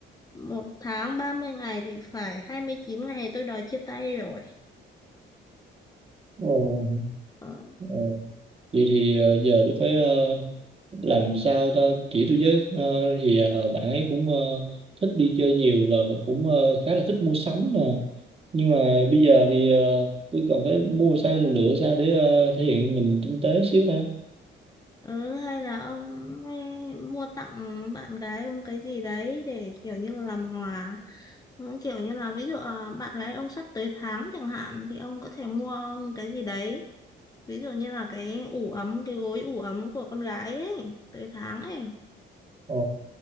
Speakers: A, on the left; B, on the right.
A: Một tháng 30 ngày thì phải 29 ngày tôi đòi chia tay rồi.
B: ồ,
A: Ờ,
B: ồ, vậy thì ờ, giờ tôi phải ờ, làm sao ta chỉ tôi với ờ, thì ờ, bạn ấy cũng ờ, thích đi chơi nhiều và cũng ờ, khá là thích mua sắm nè nhưng mà bây giờ thì ờ, tôi cần phải mua sao lựa sao để ờ, thể hiện mình tinh tế xíu ta
A: ừ, hay là ông ấy mua tặng bạn gái ông cái gì đấy để kiểu như là làm hòa. Ừ, kiểu như là ví dụ à, bạn gái ông sắp tới tháng chẳng hạn thì ông có thể mua cái gì đấy ví dụ như là cái ủ ấm cái gối ủ ấm của con gái ấy tới tháng ấy
B: ồ